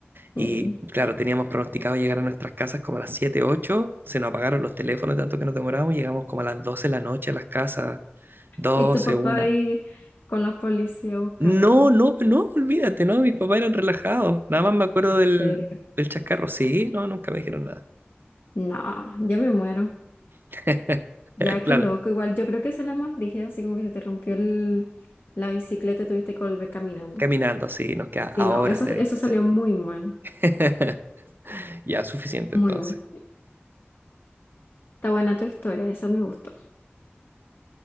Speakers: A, on the left; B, on the right.
A: Mm.
B: Y claro, teníamos pronosticado llegar a nuestras casas como a las 7 ocho se nos apagaron los teléfonos tanto que nos demoramos, llegamos como a las 12 de la noche a las casas, doce
A: Y tu papá
B: una
A: ahí con los policías buscándote.
B: No, no, no, olvídate, no, mis papás eran relajados. Nada más me acuerdo
A: En serio.
B: del, del chascarro. Sí, no, nunca me dijeron nada.
A: No, ya me muero.
B: <laughs>
A: Ya, qué
B: Claro,
A: loco. Igual yo creo que esa es la más brígida, así como que se te rompió el, la bicicleta y tuviste que volver caminando.
B: caminando, sí, nos queda
A: Sí,
B: a
A: no,
B: horas
A: eso,
B: de distancia.
A: eso salió muy mal,
B: <laughs> Ya, suficiente
A: muy
B: entonces.
A: mal. Está buena tu historia, esa me gustó.